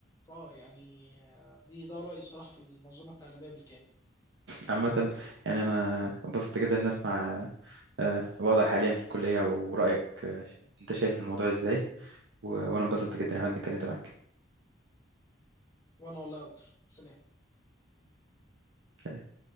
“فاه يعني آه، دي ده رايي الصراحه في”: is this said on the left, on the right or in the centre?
Left